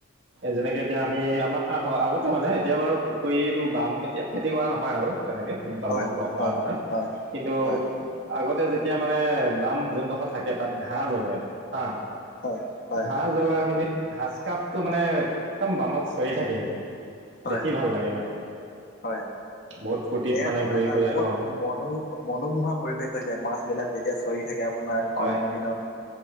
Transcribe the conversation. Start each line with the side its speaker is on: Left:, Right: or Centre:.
Right: যেনেকে এতিয়া আমি আমাৰ আগতে মানে এতিয়া বাৰু পুখুৰীটো বাম এতিয়া খেতি কৰা নহয় আৰু তেনেকে মীন পালনটো
Left: হয়
Right: নকৰা
Left: হয়
Right: নহয়
Left: হয়
Right: কিন্তু
Left: হয়
Right: আগতে যে এতিয়া মানে বাম জোনডোখৰ থাকে তাত ঘাঁহ জগে হা
Left: হয় হয়
Right: ঘাঁহ জগা এইখিনিত। ঘচ কাপটো মানে একদম বামত চৰি থাকেহি
Left: হয়
Right: দেখি ভাল লাগে মানে
Left: হয়
Right: বহুত ফূৰ্তিত
Left: এয়াত
Right: মানে ঘূৰি
Left: এটা
Right: ফুৰে
Left: বহুত
Right: অঁ
Left: মনো মনোমোহা পৰিৱেশ হৈ যায় মাছ বিলাক যেতিয়া চৰি থাকে আপোনাৰ
Right: হয়
Left: গৰমৰ দিনত